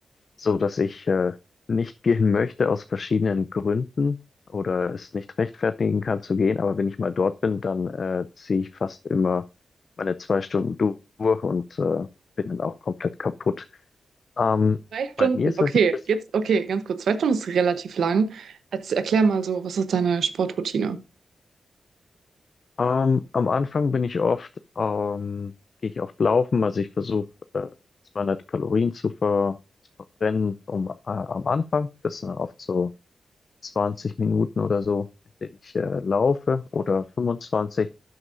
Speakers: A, on the left (about 60°); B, on the right (about 85°).
A: so dass ich äh, nicht gehen möchte aus verschiedenen Gründen oder es nicht rechtfertigen kann zu gehen. Aber wenn ich mal dort bin, dann äh, ziehe ich fast immer meine zwei Stunden durch und äh, bin dann auch komplett kaputt. Ähm,
B: Zwei Stunden,
A: bei mir ist
B: okay,
A: das ein bisschen,
B: jetzt, okay, ganz kurz. Zwei Stunden ist relativ lang. Jetzt erklär mal so, was ist deine Sportroutine?
A: ähm, am Anfang bin ich oft, ähm, gehe ich oft laufen, also ich versuche äh, 200 Kalorien zu ver zu verbrennen um, äh, am Anfang. Das sind oft so 20 Minuten oder so, in denen ich äh, laufe oder 25.